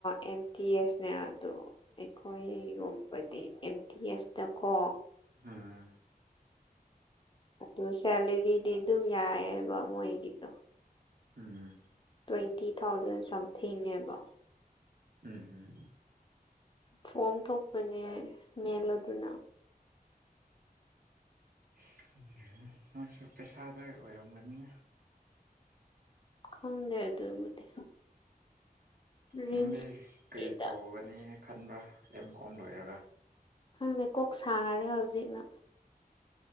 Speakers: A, on the left (about 30°); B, on the right (about 70°).
A: ꯑꯦꯝ ꯄꯤ ꯑꯦꯁꯅꯦ ꯑꯗꯨ ꯑꯩꯈꯣꯏꯒꯨꯝꯕꯗꯤ ꯑꯦꯝ ꯇꯤ ꯑꯦꯁꯇꯀꯣ
B: ꯎꯝ
A: ꯑꯗꯨ ꯁꯦꯂꯔꯤꯗꯤ ꯑꯗꯨꯝ ꯌꯥꯏꯑꯕ ꯃꯣꯏꯒꯤꯗꯣ
B: ꯎꯝ
A: ꯇ꯭ꯋꯦꯟꯇꯤ ꯊꯥꯎꯖꯟ ꯁꯝꯊꯤꯡꯅꯦꯕ
B: ꯎꯝ ꯎꯝ
A: ꯐꯣꯝ ꯊꯣꯛꯄꯅꯦ ꯃꯦꯜꯂ‌ꯣ ꯗꯨꯅ
B: <unintelligible> ꯅꯣꯏꯁꯨ ꯄꯩꯁꯥꯗ ꯑꯣꯏꯔꯝꯒꯅꯤ
A: ꯈꯪꯗꯦ ꯑꯗꯨꯕꯨꯗꯤ ꯔꯤꯝꯁꯀꯤꯗ
B: ꯅꯪꯗꯤ ꯀꯔꯤ ꯇꯧꯒꯅꯤ ꯈꯟꯕ꯭ꯔꯥ ꯑꯦꯝ ꯀꯣꯝ ꯂꯣꯏꯔꯒ
A: ꯈꯪꯗ‌ꯦ ꯀꯣꯛ ꯁꯥꯔꯦ ꯍꯧꯖꯤꯛꯅ